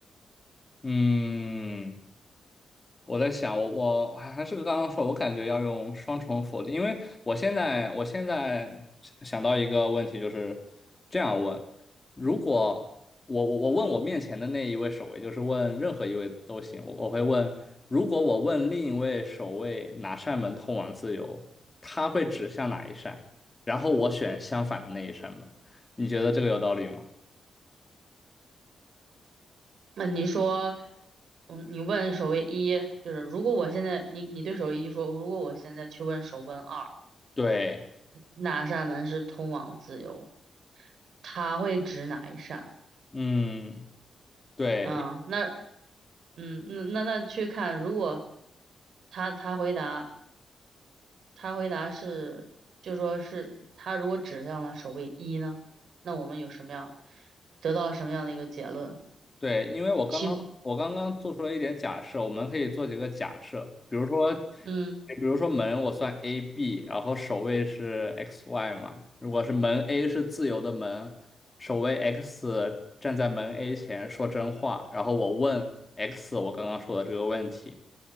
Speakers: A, on the left; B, on the right.
A: 嗯，我在想，我我还还是刚刚说，我感觉要用双重否定，因为我现在我现在想想到一个问题，就是这样问：如果我我我问我面前的那一位守卫，就是问任何一位都行，我我会问，如果我问另一位守卫哪扇门通往自由，他会指向哪一扇，然后我选相反的那一扇门，你觉得这个有道理吗？
B: 那你说，嗯，你问守卫一，就是如果我现在你你对守卫一说，如果我现在去问守卫二，
A: 对，
B: 哪扇门是通往自由？他会指哪一扇？
A: 嗯。对，
B: 嗯，那嗯那那那去看，如果他他回答。他回答是，就说是他如果指向了首位一呢，那我们有什么样，得到什么样的一个结论？
A: 对，因为我刚刚我刚刚做出了一点假设，
B: 其，
A: 我们可以做几个假设，比如说，
B: 嗯
A: 比如说门我算 A B，然后首位是 X Y 嘛，如果是门 A 是自由的门，首位 X 站在门 A 前说真话，然后我问 X 我刚刚说的这个问题，